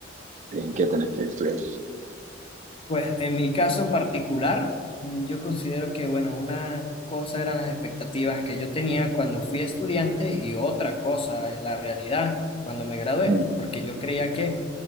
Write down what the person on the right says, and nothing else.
¿En qué tenés que estudiar?
Mm.